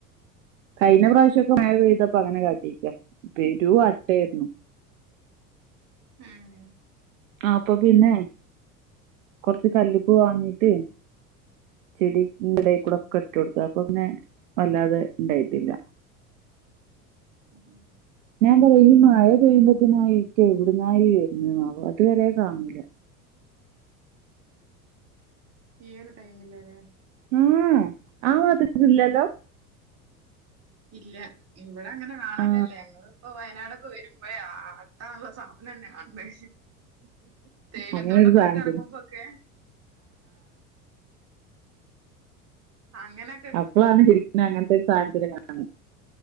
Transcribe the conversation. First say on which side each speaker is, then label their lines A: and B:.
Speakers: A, on the right; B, on the right.
A: കയ്ഞ്ഞ പ്രാവശ്യക്കെ
B: ഉം
A: മഴ പെയ്തപ്പ അങ്ങനെ കാട്ടിക്കേ പെരൂം അട്ടേര്ന്നു
B: ഉം
A: ആപ്പൊ പിന്നെ കൊർച്ച് കല്ലുപ്പ് വാങ്ങീട്ട് ചെടി ന്റെ അയ്കൂടൊക്കെ
B: ഉം
A: ഇട്ടാെട്ത്ത് അപ്പ പിന്നെ വല്ലാതെ ണ്ടായിട്ടില്ല
B: ഉം ഉം
A: ഞാൻ പറയാ ഈ മഴ പെയ്യുമ്പോത്തിനായിട്ട് എവിടുന്നാ ഈ വെര്ന്നേന്നാവോ അത്‌വെരെ കാണൂല
B: ഈ ഒര് ടൈമില് ലേ
A: ഉം ഭാത്ത്ക്ക്ല്ലല്ലോ
B: ഇല്ല ഇവിടെ അങ്ങെനെ കാണലേല്ല
A: ആ
B: ഞങ്ങള് പ്പോ വയനാടൊക്കെ വരുമ്പയാ ആ ക ആ സാധനന്നേ ആൺണ് തേയിലത്തോട്ടത്തിലൊക്കെ
A: അങ്ങനെ ഒരു സാധനത്തിന്
B: എറെങ്ങുമ്പാെക്കെ അങ്ങെനെ
A: അപ്പളാണ് ശെരിക്ക്ന് അങ്ങൻത്തൊരു സാൻത്തിനെ കാണ്